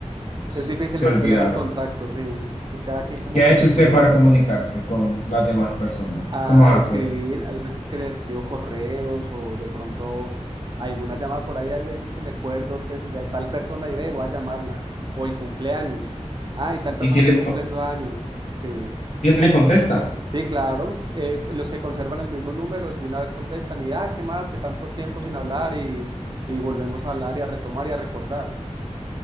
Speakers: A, on the left; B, on the right.
A: se
B: es difícil
A: se
B: mantener
A: olvidaron.
B: el contacto, sí, que cada quien como
A: ¿Qué
B: que
A: ha hecho
B: hace
A: usted
B: su vida.
A: para comunicarse con las demás personas?
B: a
A: ¿Cómo hace?
B: escribir. Hay veces que le escribo correos o de pronto alguna llamada por ahí. Hay veces que me acuerdo de, de tal persona y ve, voy a llamarla. O el cumpleaños. Ah, y tal persona
A: ¿Y si
B: está
A: le,
B: cumpliendo
A: co-
B: años. Sí,
A: si le contestan?
B: sí, claro. Eh, los que conservan el mismo número de una vez contestan y, ah, ¿qué más? Que tanto tiempo sin hablar y, y volvemos a hablar y a retomar y a recordar.